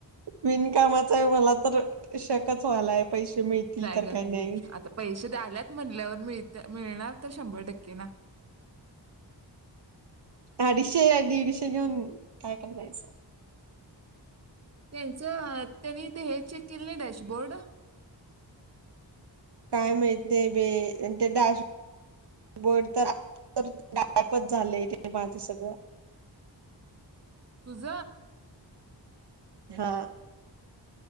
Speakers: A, on the right; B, on the right.
A: बिनकामाचा हाय मला तर शकच व्हायलाय पैसे मिळतील
B: नाही
A: तर
B: ग
A: काही नाही
B: आता पैसे द्या आल्यात म्हणल्यावर मिळत मिळणार तर शंभर टक्के ना <inaudible>
A: अडीशे आणि दीडशे घेऊन काय करायचं
B: त्यांचं त्यांनी ते हे चेक केले ना डॅशबोर्ड
A: काय माहित नाही बे ते डॅशबबोर्ड तरापच झाले ते माझ सगळं <inaudible>
B: तुझ
A: हा